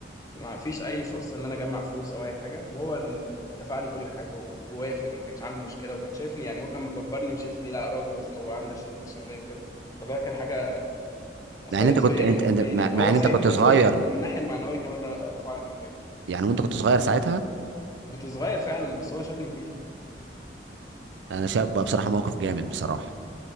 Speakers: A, on the left (about 20°); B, on the right (about 80°).
A: فما فيش اي فرصه ان انا اجمع فلوس او اي حاجه وهو اللي دفع لي كل حاجه ووافق وما كانش عنده مشكله وكان شايفني يعني هو كان مكبرني وشايفني لا راجل وس- وعندي اشيل المسؤوليه وكده فده كان حاجه اثرت
B: مع ان انت كنت
A: فيا
B: انت
A: من ناحيتين
B: انت مع
A: يعني
B: مع
A: هو
B: ان
A: ساعدني
B: انت كنت
A: ماديا
B: صغير
A: ومن الناحيه المعنويه كمان ر- رفع لي معنويا
B: يعني وانت كنت صغير ساعتها
A: كنت صغير فعلا بس هو شافني كبير
B: انا شايف بقى بصراحه موقف جامد بصراحه